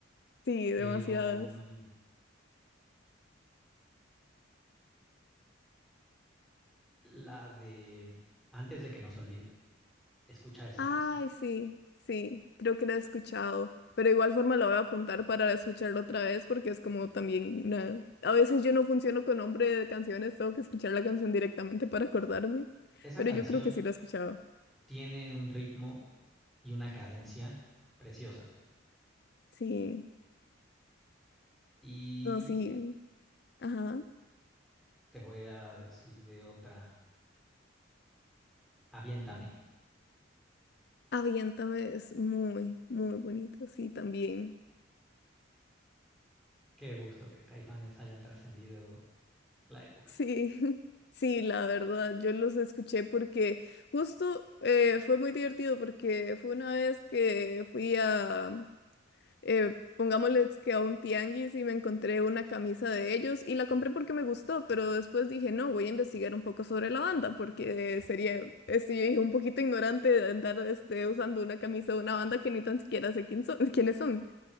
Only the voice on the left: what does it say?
sí,
demasiadas.
Ay,
sí, sí, creo que la he escuchado. Pero igual forma la voy a apuntar para escucharlo otra vez porque es como también una... A veces yo no funciono con nombre de canciones, tengo que escuchar la canción directamente para acordarme.
Pero
yo creo que sí la he escuchado.
Sí,
no, sí. Ajá.
Aviéntame es muy, muy bonito, sí, también.
Sí, <laughs> sí, la verdad, yo los escuché porque justo eh, fue muy divertido porque fue una vez que fui a... eh, pongámosle que a un tianguis y me encontré una camisa de ellos y la compré porque me gustó, pero después dije, no, voy a investigar un poco sobre la banda porque sería, eh, sí un poquito ignorante de andar este, usando una camisa de una banda que ni tan siquiera sé quién son, <laughs> quiénes son.